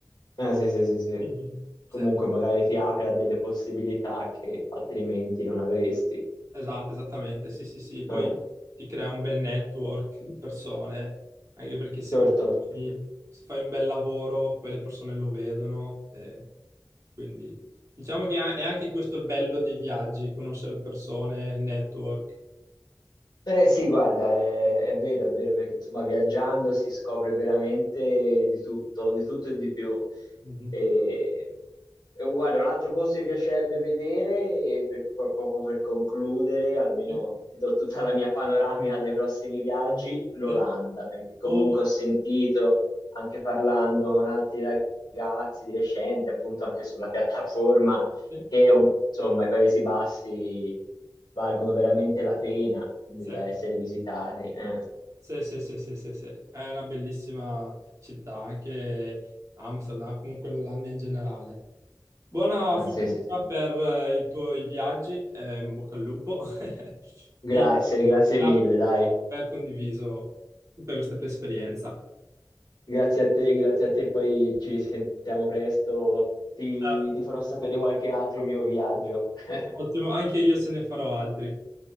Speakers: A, on the left; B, on the right.
A: Eh, sì, sì, sì, sì.
B: Mhm.
A: Comunque
B: Sì,
A: magari ti apre a delle possibilità che altrimenti non avresti.
B: esatto, esattamente, sì, sì, sì. Poi
A: Eh,
B: ti crea un bel network di persone, anche perché se
A: certo.
B: poi se fai un bel lavoro, poi le persone lo vedono. eh. Quindi diciamo che a- è anche questo il bello dei viaggi, conoscere le persone, network.
A: Eh sì, guarda, è, è vero, è vero, perché insomma viaggiando si scopre veramente di tutto, di tutto e di più.
B: Mhm.
A: E, e un, guarda, un altro posto che mi piacerebbe vedere, e per- proprio per concludere, almeno
B: Sì,
A: ti do tutta la mia panoramica dei prossimi viaggi, l'Olanda,
B: sì.
A: perché comunque
B: Oh,
A: ho sentito, anche parlando con altri ragazzi di recente, appunto anche sulla piattaforma,
B: sì,
A: che un- insomma i Paesi Bassi valgono veramente la pena di-
B: sì,
A: da essere visitati. eh.
B: sì, sì, sì, sì, sì, sì. È una bellissima città, anche Amsterdam, comunque l'Olanda in generale. Buona
A: Ah,
B: fortuna
A: sì, sì, sì.
B: per eh, i tuoi viaggi, eh, in bocca al lupo, <laughs>
A: Grazie,
B: e
A: grazie
B: grazie
A: mille, dai.
B: per aver condiviso tutta questa tua esperienza.
A: Grazie a te, grazie a te, poi ci risentiamo presto. Ti,
B: Eh,
A: ti farò sapere qualche altro mio viaggio. <laughs>
B: ottimo, anche io se ne farò altri.